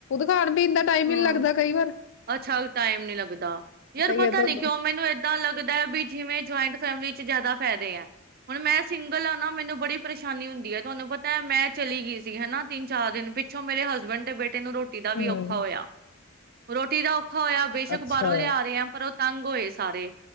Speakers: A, on the left (about 60°); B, on the right (about 45°).
A: ਕਾਰ <unintelligible> ਪੀਣ ਦਾ ਟਾਈਮ
B: ਹਮ
A: ਹੀ ਨੀ ਲੱਗਦਾ ਕਈ ਵਾਰ
B: ਅੱਛਾ ਟਾਈਮ ਨੀ ਲੱਗਦਾ ਯਾਰ
A: ਹੀ
B: ਪਤਾ
A: ਹੈ ਤੁਹਾਨੂੰ
B: ਨੀ ਕਿਉਂ ਮੈਨੂੰ ਏਦਾਂ ਲੱਗਦਾ ਵੀ ਜਿਵੇਂ ਜੁਆਇੰਟ ਫੈਮਿਲੀ ਚ ਜ਼ਿਆਦਾ ਫਾਇਦੇ ਆ। ਹੁਣ ਮੈਂ ਸਿੰਗਲ ਹਨਾ ਮੈਨੂੰ ਬੜੀ ਪਰੇਸ਼ਾਨੀ ਹੁੰਦੀ ਹੈ ਤੁਹਾਨੂੰ ਪਤਾ ਮੈਂ ਚਲੀ ਗਈ ਸੀ ਹਨਾ ਤਿੰਨ ਚਾਰ ਦਿਨ ਪਿੱਛੋਂ ਮੇਰੇ ਹਸਬੈਂਡ ਤੇ ਬੇਟੇ ਤੈਨੂੰ ਰੋਟੀ ਦਾ ਵੀ
A: ਹੂੰ
B: ਔਖਾ ਹੋਇਆ। ਰੋਟੀ ਦਾ ਹੋਇਆ ਬੇਸ਼ਕ
A: ਅੱਛਾ
B: ਬਾਹਰੋਂ ਲਿਆ ਰਹੇ ਆ ਪਰ ਤੰਗ ਹੋਏ ਸਾਰੇ।